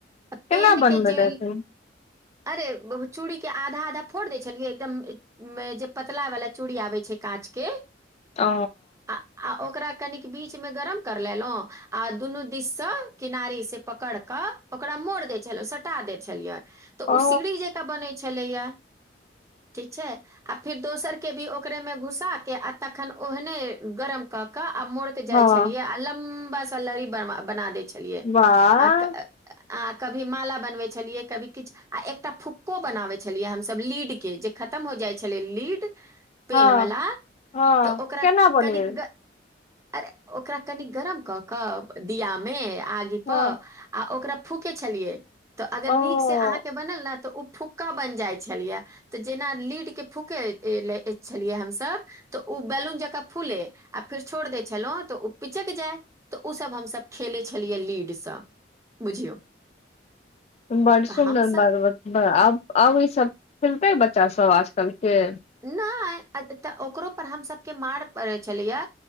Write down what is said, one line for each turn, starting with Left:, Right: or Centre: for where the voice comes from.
Right: पेन
Left: केना बनबै
Right: के जेल
Left: रहथिन
Right: अरे चूड़ी के आधा आधा फोड़ दै छलियै एकदम मे जे पतला वाला चूड़ी आबै छै काँच के
Left: ओ
Right: आ, आ ओकरा कनिक बीच मे गरम कर लेलन्हु आ दुनू दिससँ किनारे स पकड़ क ओकरा मोड़ दय छल‌ऊं सटा दै छलियै तऽ
Left: ओ
Right: उ सिकड़ी जे त बनय छलैया ठीक छै आ फिर दोसर के भी ओकरे मे घुसा के आ तखन ओहने गरम कर के आ मोड़ के जाय
Left: हँ
Right: छिये आ लम्बा सा लड़ी बना दे छे
Left: वाह
Right: <unintelligible> आ कभी माला बनबै छलियै कभी किछ आ एकटा फुक्को बनाबै छलियै हमसभ लीड केँ जे खतम हो जाइ छलै लीड पेन
Left: हँ
Right: वला
Left: हँ
Right: तऽ ओकरा
Left: केना बनेबै
Right: कनिक अरे ओकरा कनि गरम कऽ कऽ दियामे आगि
Left: हँ
Right: पर आ ओकरा फूके छलियै तऽ अगर
Left: ओ
Right: नीक से अहाँकेँ बनल नऽ तऽ ओ फूक का बनि जाइ छलियै तऽ जेना लीड के फूके ले छलियै हमसब तऽ उ बैलून जकाँ फूले आ फेर छोड़ दै छलहुँ तऽ ओ पिचैक जाय तऽ उसभ हमसभ खेलै छलियै लीडसँ बुझियौ
Left: बड सुन्दर
Right: तऽ हमसब
Left: बात आब आब ई सब खेलतै बच्चा सब आजकल के
Right: नहि तऽ ओकरो पर हमसभ केँ मार पड़ै छलै य